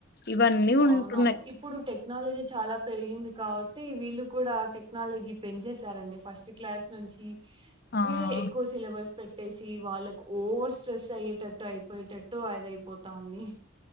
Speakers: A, on the left (about 45°); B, on the right (about 25°).
A: ఇవన్నీ ఉంటున్నాయి
B: అవునవును ఇప్పుడు టెక్నాలజీ చాలా పెరిగింది కాబట్టి వీళ్ళు కూడా టెక్ క్నాలజీ పెంచేసారండి ఫస్ట్ క్లాస్ నుంచి కే
A: ఆ
B: ఎక్కువ సిలబస్ పెట్టేసి వాళ్ళ ఓవర్ స్ట్రెస్ అయ్యేటట్టు అయిపోయేటట్టు అదయిపోతా ఉంది.